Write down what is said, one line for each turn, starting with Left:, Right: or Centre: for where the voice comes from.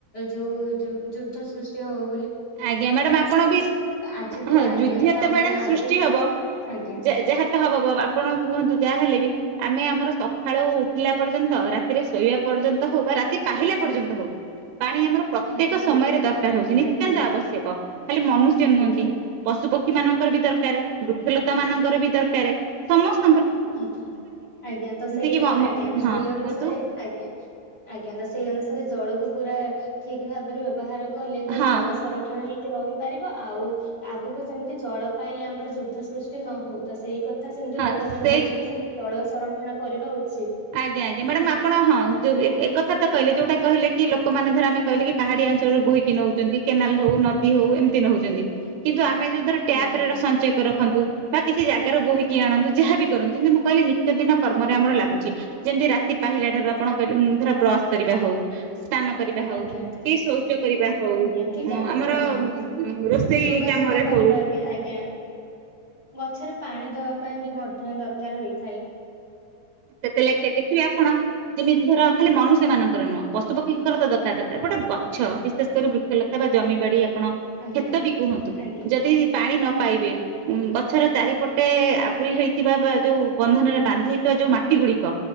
Left: ଯୋଉ ଯୋଉ ଯୁଦ୍ଧ ସୃଷ୍ଟି ହଉ
Right: ଆଜ୍ଞା ମ୍ୟାଡାମ ଆପଣ ବି
Left: ଆଜିଠୁ
Right: ହଁ
Left: ଆଜ୍ଞା
Right: ଯୁଦ୍ଧ ତ
Left: ଆମେ
Right: ମ୍ୟାଡାମ
Left: ଆଜିଠୁ
Right: ସୃଷ୍ଟି ହବ
Left: ଆଜ୍ଞା
Right: ଯା ଯାହା ତ ହବ ଆପଣ କୁହନ୍ତୁ ଯାହାହଲେ ବି- କି ଆମେ ଆମର ସକାଳୁ ଉଠିଲା ପର୍ଯ୍ୟନ୍ତ ରାତିରେ ଶୋଇବା ପର୍ଯ୍ୟନ୍ତ ହଉ ବା ରାତି ପାହିଲା ପର୍ଯ୍ୟନ୍ତ ହଉ ପାଣି ଆମର ପ୍ରତ୍ୟେକ
Left: ଆଜ୍ଞା
Right: ସମୟରେ ଦରକାର ହଉଛି ନି।
Left: ଆଜ୍ଞା
Right: ଅତ୍ୟନ୍ତ ଆବଶ୍ୟକ। ଖାଲି ମନୁଷ୍ୟ ନୁହଁନ୍ତି
Left: ଆଜ୍ଞା
Right: ପଶୁପକ୍ଷ କ୍ଷୀ ମାନଙ୍କର ବି ଦରକାର ବୃକ୍ଷଲତା ମାନଙ୍କର ବି ଦରକାର ସମସ୍ତ
Left: ଆଜ୍ଞା ଆଜ୍ଞା ତ ସେଇ
Right: କିି ହଁ
Left: ଆଜ୍ଞା ତ ସେଇ ଅନୁସାରେ
Right: କୁହନ୍ତୁ
Left: ଆଜ୍ଞା ଆଜ୍ଞା ତ ସେଇ ଅନୁସାରେ ଜଳକୁ ପୁରା ଠିକ ଭାବରେ ବ୍ୟବହାର କଲେ ତ
Right: ହଁ
Left: ଜଳ ସଂରକ୍ଷଣ ହେଇ ରହିପାରିବ ଆଉ ଆଗକୁ ଯେମିତି ଜଳ ପାଇଁ ଆମର ଯୁଦ୍ଧ ସୃଷ୍ଟି ନ ହଉ ତ ସେଇ କ କଥା ସେମିତି
Right: ହଁ
Left: ଲୋକମାନେ
Right: ସେଇ
Left: ବହୁ ଜଳ ସଂରକ୍ଷଣ କରିବା ଉଚ
Right: ଆଜ୍ଞା ଆଜ୍ଞା ମ୍ୟାଡାମ ଆପଣ ହଁ ଯଉ ଏ ଏକଥା ତ କହିଲେ ଯୋଉଟା କହିଲେ କି ଲୋକମାନେ ଆମେ କହିଲେ ପାହାଡ଼ିଆ ଅଞ୍ଚଳ ରେ ବୋହିକି ନେଉଛନ୍ତି କେନାଲ ହଉ ନଦୀ ହଉ ଏମିତି ନଉଛନ୍ତି କିନ୍ତୁ ଆପ ଆମେ <unintelligible> ଟ୍ୟାପରେ
Left: ଆଜ୍ଞା
Right: ସଞ୍ଚୟ କର। <unintelligible> ବା କିଛି ଜାଗାରୁ ବୋହିକି ଆଣନ୍ତୁ ଯାହା ବି କରନ୍ତୁ ଯେିତି ମୁଁ କହିଲିନି କେତେ ଦିନ କର୍ମ
Left: ଆଜ୍ଞା
Right: ରେ ଆମର ଲାଗୁଛି। ଯେମିତି ରାତି ପାହିଲା ଠାରୁ ଆପଣ କହିଲେ ଉଁ ଧର ବ୍ରଶ କରିବା ହଉ ସ୍ନାନ କରିବା ହଉ
Left: ଆଜ୍ଞା
Right: କି ଶୌଚ କରିବା ହଉ
Left: ଆଜ୍ଞା କି ଗାଧେ
Right: ଉଁ ଆମର
Left: ଆଜ୍ଞା
Right: ରୋଷେଇ
Left: ଲୁଗା
Right: କାମରେ
Left: ସଫା କରିବା
Right: ହଉ
Left: ବି ଆଜ୍ଞା ଗଛରେ। ଫ ପାଣି ଦବା ପାଇଁ ବି ମ ଦରକାର ହୋଇଥାଏ ।
Right: ସେତେ ଲାଗିଥାଏ, ଦେଖିବେ ଆପଣ, ଯେମିତି ଧର ଖାଲି ମନୁଷ୍ୟ ମାନଙ୍କର ନୁହଁ, ପଶୁପକ୍ଷୀଙ୍କର ତ ଦରକାର, ଦରକାର, ଗୋଟେ ଗଛ ବିଶେଷ କରି ବୃକ୍ଷଲତା ବା ଜମି ବାଡି ଆପଣ
Left: ଆଜ୍ଞା
Right: କ୍ଷେତ ବି କୁହନ୍ତୁ,
Left: ଆଜ୍ଞା
Right: ଯଦି ପାଣି ନ ପାଇବେ ଗ ଗଛର ଚାରିପଟେ ଆବୁରି ହେଇଥିବା, ବା ଯୋଉ ବନ୍ଧନରେ ବାନ୍ଧି ହେଉଥିବା, ଯୋଉ ମାଟି ଟି ଗୁଡ଼ିକ